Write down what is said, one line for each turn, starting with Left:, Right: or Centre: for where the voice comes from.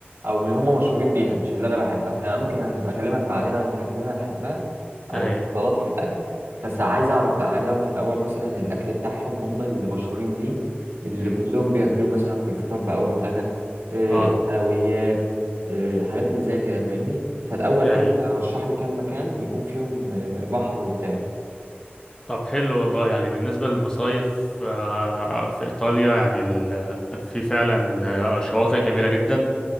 Right: أو اللي هم مشهورين بيها مش اللي أنا بحبها أنا ممكن أبقى أكلمك بعدين عن الحاجات اللي أنا بحبها أو
Left: اي
Right: مفضلاتي في الأكل بس عايز أعرف لأ عايز أعرف الأول مثلا الأكل بتاعهم هم اللي مشهورين بيه اللي
Left: امم
Right: كلهم بياكلوه مثلا في الفطار بقى والغدا إيه،
Left: اه
Right: الحلويات إيه، الحاجات اللي زي كده فاهمني فالأول
Left: اي
Right: كده رشح لي كام مكان يكون فيهم آه، بحر وبتاع
Left: طب حلو والله يعني بالنسبة للمصايف آه، في إيطاليا يعني ال- في فعلا آه، شواطئ جميلة جدا